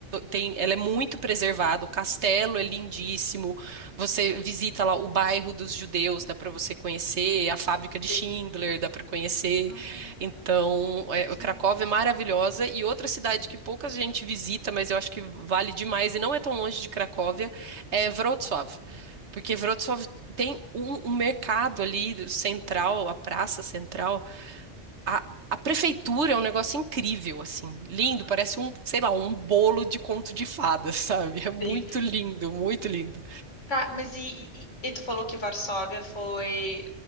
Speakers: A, on the right; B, on the left.
A: tem, ela é muito preservada, o castelo é lindíssimo. Você visita lá o bairro dos judeus, dá para você conhecer, a fábrica
B: sim.
A: de Schindler dá para conhecer.
B: Nossa,
A: Então, é,
B: que
A: o Cracóvia
B: massa.
A: é maravilhosa e outra cidade que pouca gente visita, mas eu acho que vale demais e não é tão longe de Cracóvia, é Wrocław. Porque
B: Uhum,
A: Wrocław tem um, um mercado ali do- central, a praça central, a, a prefeitura é um negócio incrível, assim, lindo,
B: aham,
A: parece um, sei lá, um bolo de conto de fadas, <laughs> sabe? É muito
B: sim.
A: lindo, muito lindo.
B: Tá, mas e, e, e tu falou que Varsóvia foi.